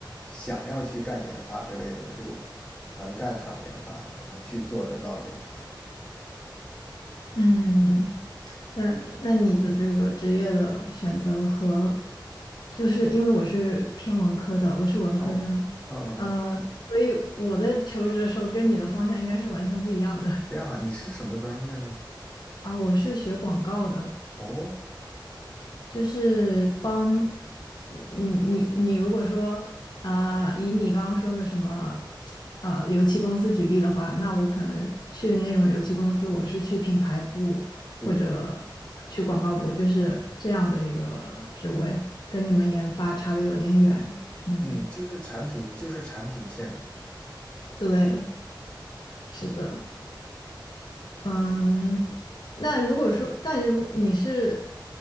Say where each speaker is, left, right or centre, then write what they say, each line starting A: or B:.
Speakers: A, on the left; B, on the left.
A: 想要去干研发之类的，我就能干上研发嘛，能去做得到研发。
B: 嗯，那那你的这个职业的选择和，就是因为我是偏文科的，我是文科生，
A: 哦，嗯嗯，
B: 呃，所以我在求职的时候跟你的方向应该是完全不一样的
A: 这样啊，你是什么专业呢？
B: <laughs> 啊，我是学广告的。
A: 哦，
B: 就是帮你你你如果说啊、以你刚刚说的什么呃油漆公司举例的话，那我可能去那种油漆公司，我是去品牌部或者去广告部，
A: 对，
B: 就是这样的一个职位，跟你们研发差的有点远。嗯，
A: 嗯，就是产品，就是产品线的。
B: 对，是的。嗯，那如果说，但如果你是